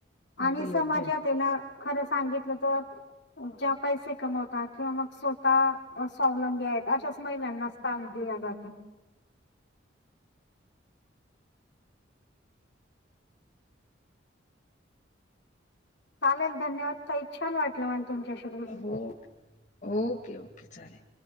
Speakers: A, on the left (about 40°); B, on the left (about 65°).
A: अगदी
B: आणि
A: योग्य
B: समाजात
A: आहे
B: ना खरं सांगित <inaudible> ज्या पैसे कमावतात किंवा मग स्वतः स्वालंबी आहेत अश्याच महिला त्यांना स्थान दिला जातो. चालेल धन्यवाद ताई छान वाटलं मला तुमच्याशी बोलून.
A: हो ओके, ओके, चालेल.